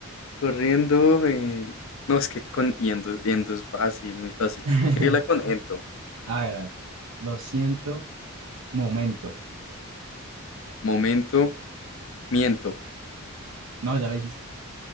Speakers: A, on the left; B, on the right.
A: corriendo. eh, No, es que con yendo, yendo es fácil, muy fácil.
B: <laughs>
A: Síguela con ento.
B: A ver, a ver. Lo siento, momento.
A: Momento, miento.
B: No, ya la dijiste.